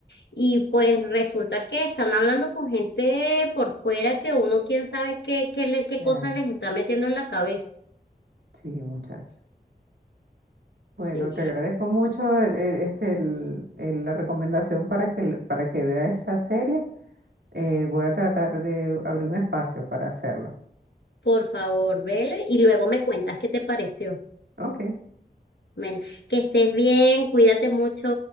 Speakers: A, on the left; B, on the right.
A: y pues resulta que están hablando con gente por fuera que uno quién sabe qué, qué, le- qué
B: claro,
A: cosas les está metiendo en la cabeza.
B: sí, muchacho. Bueno,
A: Sí.
B: te agradezco mucho el- el- este, el- el- la recomendación para que, le- para que vea esa serie. Eh, voy a tratar de abrir un espacio para hacerlo.
A: Por favor, vele y luego me cuentas qué te pareció.
B: Ok.
A: Bueno, que estés bien, cuídate mucho.